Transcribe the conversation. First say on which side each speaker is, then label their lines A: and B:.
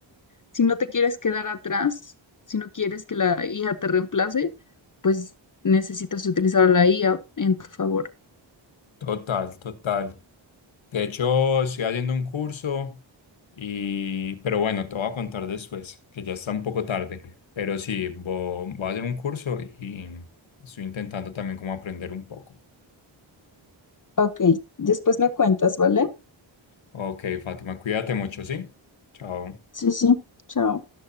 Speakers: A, on the left; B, on the left.
A: si no te quieres quedar atrás, si no quieres que la IA te reemplace, pues necesitas utilizar la IA en tu favor.
B: Total, total. De hecho, estoy haciendo un curso y, pero bueno, te voy a contar después, que ya está un poco tarde. Pero sí, vo- voy a hacer un curso y estoy intentando también como aprender un poco.
A: Ok, después me cuentas, ¿vale?
B: Ok, Fátima, cuídate mucho, ¿sí? Chao.
A: Sí, sí, chao.